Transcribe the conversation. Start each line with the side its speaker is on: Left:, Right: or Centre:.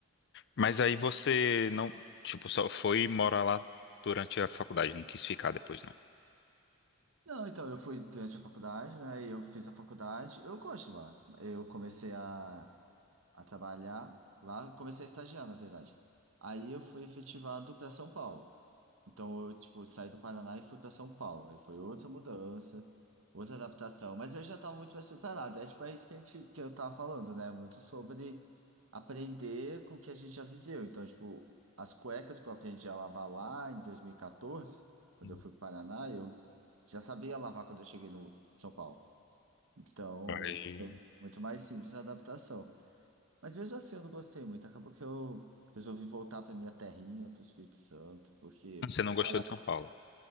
Left: Mas aí você não, tipo, só foi morar lá durante a faculdade, não quis ficar depois, não.
Right: Não, então, eu fui durante a faculdade, né? E eu fiz a faculdade, eu gosto de lá. Eu comecei a a trabalhar lá, comecei a estagiar, na verdade. Aí eu fui efetivado para São Paulo. Então eu, tipo, saí do Paraná e fui para São Paulo. Aí foi outra mudança, outra adaptação, mas eu já estava muito mais preparado. É tipo é isso que a gente que eu tava falando, né? Muito sobre aprender com o que a gente já viveu. Então, tipo, as cuecas que eu aprendi a lavar lá em 2014, quando
Left: Uhum.
Right: eu fui para o Paraná, eu já sabia lavar quando eu cheguei no em São Paulo. Então,
Left: Aí,
Right: foi muito mais simples a adaptação. Mas mesmo assim eu não gostei muito. Acabou que eu resolvi voltar para minha terrinha, para o Espírito Santo, porque
Left: Você não gostou
Right: para...
Left: de São Paulo?